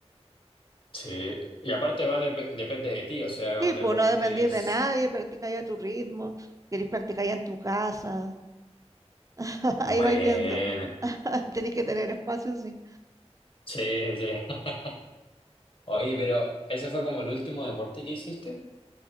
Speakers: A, on the left (about 50°); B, on the right (about 30°).
A: Sí. Y aparte va de, depende de ti, o sea,
B: Sí,
A: es un
B: pues
A: deporte
B: no dependís
A: que es
B: de nadie, practicáis a tu ritmo, querés practicar ya en tu casa, <laughs>
A: bueno.
B: ahí vais viendo, <laughs> tenés que tener espacio, sí.
A: Sí, sí. <laughs> Oye, pero ¿ese fue como el último deporte que hiciste?